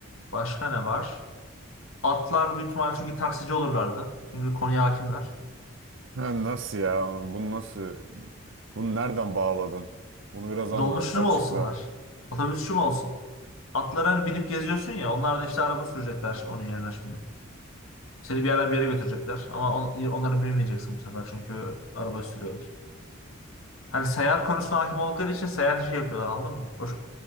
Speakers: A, on the left; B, on the right.
A: Başka ne var? Atlar büyük ihtimalle çok iyi taksici olurlardı. Çünkü konuya hakimler.
B: Ha, nasıl ya? Bunu nasıl? Bunu nereden bağladın? Bunu biraz anla,
A: Dolmuşçu
B: açıkla.
A: mu olsunlar? Otobüsçü mü olsun? Atlara hani binip geziyorsun ya. Onlar da işte araba sürecekler onun yerine şimdi. Seni bir yerden bir yere götürecekler. Ama on, onları bilmeyeceksin bu sefer. Çünkü araba sürüyorlar. Hani seyahat konusuna hakim oldukları için seyahat işi yapıyorlar anladın mı? O, ş- <laughs>